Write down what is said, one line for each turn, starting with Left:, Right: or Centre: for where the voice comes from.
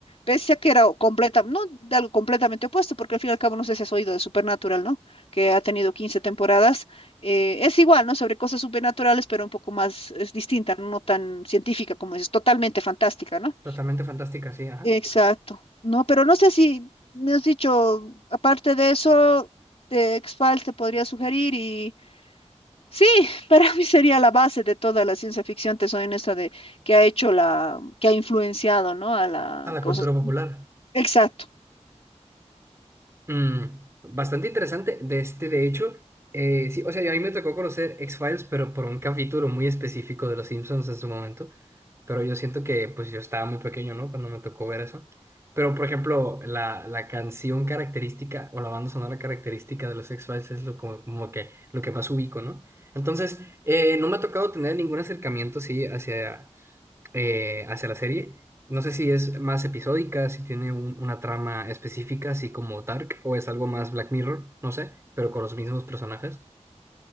Left: Pese a que era completa, no de algo completamente opuesto, porque al fin y al cabo no sé si has oído de Supernatural, ¿no? Que ha tenido quince temporadas eh, es igual, ¿no? Sobre cosas supernaturales, pero un poco más, es distinta, no tan científica como es, totalmente fantástica, ¿no?
Right: totalmente fantástica, sí, ajá.
Left: Exacto. No, pero no sé si me has dicho, aparte de eso, de X-Files te podría sugerir y sí, <laughs> para mí sería la base de toda la ciencia ficción, te soy honesta, de que ha hecho la, que ha influenciado, ¿no? A la
Right: A la
Left: cosa.
Right: cultura popular.
Left: Exacto.
Right: Mm, bastante interesante de este, de hecho, eh, sí, o sea, a mí me tocó conocer X-Files, pero por un capítulo muy específico de Los Simpsons en su momento, pero yo siento que pues yo estaba muy pequeño, ¿no? Cuando me tocó ver eso. Pero, por ejemplo, la, la canción característica o la banda sonora característica de los X-Files es lo, como, como que, lo que más ubico, ¿no? Entonces, eh, no me ha tocado tener ningún acercamiento, sí, hacia eh, hacia la serie. No sé si es más episódica, si tiene un- una trama específica, así como Dark, o es algo más Black Mirror, no sé, pero con los mismos personajes.